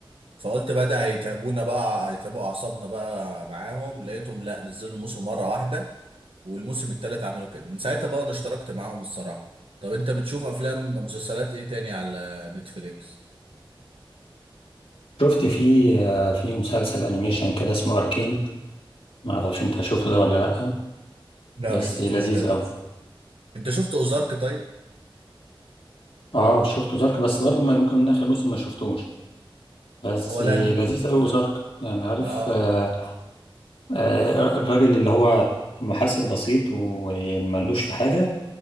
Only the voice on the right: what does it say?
فقلت بقى ده هيتعبونا بقى هيتعبوا اعصابنا بقى معاهم لقيتهم لا نزلوا الموسم مره واحده والموسم التالت عملوا كده من ساعتها بقى انا اشتركت معاهم الصراحة طب انت بتشوف افلام مسلسلات ايه تاني على نتفليكس
لا
ما شفتوش
ده
انت شفت اوزارك طيب
ولا
انا
اه